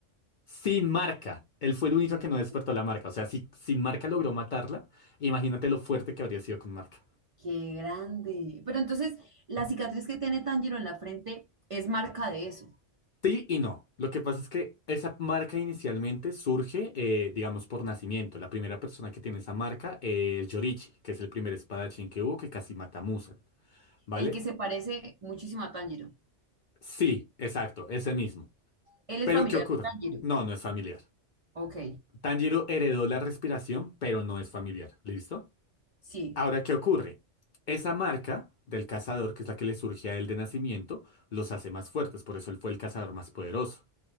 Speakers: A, on the left; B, on the right.
A: Sin marca. Él fue el único
B: Ok,
A: que no despertó la marca. O sea, si sin marca logró matarla, imagínate lo fuerte que habría sido con marca.
B: Qué grande. Pero entonces, la cicatriz que tiene Tanjiro en la frente es marca de eso.
A: Sí y no. Lo que pasa es que esa marca inicialmente surge, eh, digamos, por nacimiento. La primera persona que tiene esa marca es Yorichi, que es el primer espadachín que hubo que casi mata a Muzan. ¿Vale?
B: El que se parece muchísimo a Tanjiro.
A: Sí, exacto, ese mismo.
B: Él es
A: Pero
B: familiar
A: ¿qué ocurre?
B: de Tanjiro.
A: No, no es familiar.
B: Ok.
A: Tanjiro heredó la respiración, pero no es familiar. ¿Listo?
B: Sí.
A: Ahora, ¿qué ocurre? Esa marca del cazador, que es la que le surge a él de nacimiento, los hace más fuertes, por eso él fue el cazador más poderoso.